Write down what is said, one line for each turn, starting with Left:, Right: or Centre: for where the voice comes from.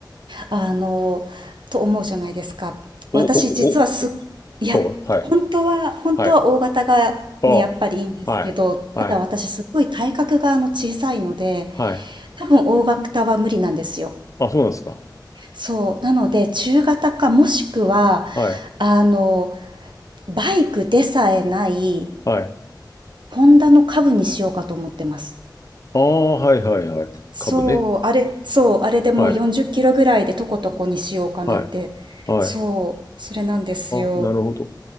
Right: あのと思うじゃないですか私実はすっ
Left: お、お、お、
Right: いや本当は本当は大型がねやっぱりいいんですけどただ私すごい体格があの小さいので
Left: お、はい、はい。あ、はい、はい、はい。
Right: 多分大型は無理なんですよ
Left: あ、そうなんですか
Right: そうなので中型かもしくは
Left: はい、
Right: あのバイクでさえない
Left: はい。
Right: ホンダの株にしようかと思ってます
Left: ああ、はい、はい、はい。
Right: そう、
Left: 株ね。
Right: あれ、そう、あれでもう40キロぐらいでとことこにしようかなって。
Left: はい、はい、はい。
Right: そう、
Left: あ
Right: それなんですよ。
Left: あ、なるほど。